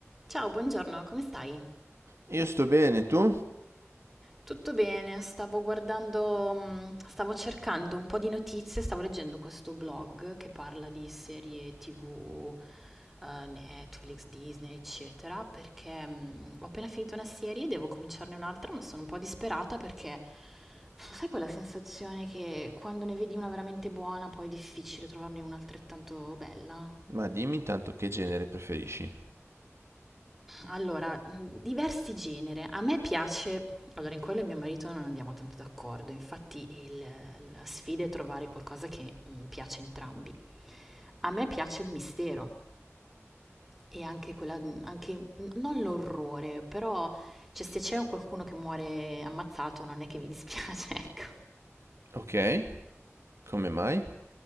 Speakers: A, in the centre; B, on the right.
A: Ciao, buongiorno, come stai?
B: Io sto bene, tu?
A: Tutto bene, stavo guardando, mm, stavo cercando un po' di notizie, stavo leggendo questo blog che parla di serie TV, eh, Netflix, Disney, eccetera, perché mm, ho appena finito una serie, e devo cominciarne un'altra, ma sono un po' disperata perché sai quella sensazione che quando ne vedi una veramente buona, poi è difficile trovarne una altrettanto bella?
B: Ma dimmi intanto che genere preferisci.
A: Allora, mhmm, diversi genere. A me piace allora in quello mio marito non andiamo tanto d'accordo, infatti il la sfida è trovare qualcosa che, mhmm, piace a entrambi. A me piace il mistero e anche quella mhmm, anche n non l'orrore, però cioè se c'è qualcuno che muore ammazzato non è che mi dispiace, <laughs> ecco.
B: Ok, come mai?